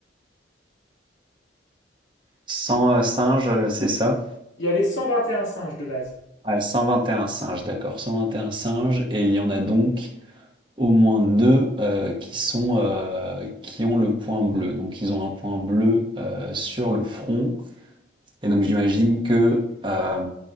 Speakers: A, on the right; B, on the left.
A: 100 euh, singes, euh, c'est ça?
B: Il y avait 121 singes de base.
A: Ah, 121 singes, d'accord. 121 singes, et il y en a donc au moins deux euh, qui sont, euh, qui ont le point bleu. Donc ils ont un point bleu euh, sur le front, et donc j'imagine que euh,